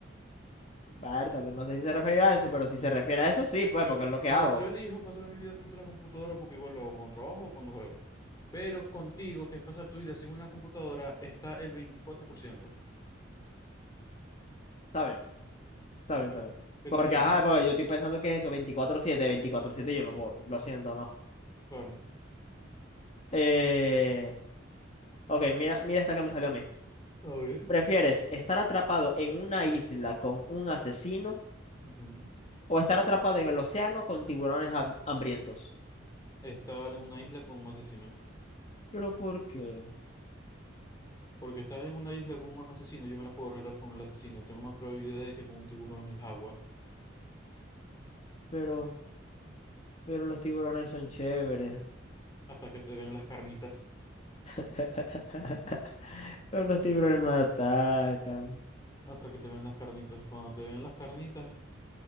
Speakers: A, on the left (about 35°); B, on the left (about 20°).
A: bártale. No sé si se refiere a eso, pero si se refiere a eso, sí, pues,
B: Yo,
A: porque es lo
B: yo,
A: que hago.
B: yo elijo pasar mi vida frente a una computadora porque igual lo hago cuando trabajo o cuando juego. Pero contigo, que es pasar tu vida sin una computadora, está el 24%.
A: Está bien, está bien, está
B: Ok.
A: bien.
B: ¿Qué
A: Porque,
B: te sale?
A: ajá, porque yo estoy pensando que es eso, veinticuatro siete veinticuatro siete yo no voy, lo siento, no.
B: Claro.
A: Eh, ok, mira, mira esta que me salió a mí.
B: A ver.
A: ¿Prefieres estar atrapado en una isla con un asesino
B: Ujú.
A: o estar atrapado en el océano con tiburones ham- hambrientos?
B: Estar en una isla con un asesino.
A: ¿Pero por qué?
B: Porque estar en una isla con un asesino, yo me las puedo arreglar con el asesino. Tengo más probabilidades que con un tiburón en el agua.
A: Pero... Pero los tiburones son chéveres.
B: Hasta que te ven las carnitas.
A: <laughs> Pero los tiburones no atacan.
B: Hasta que te ven las carnitas. Cuando te ven las carnitas,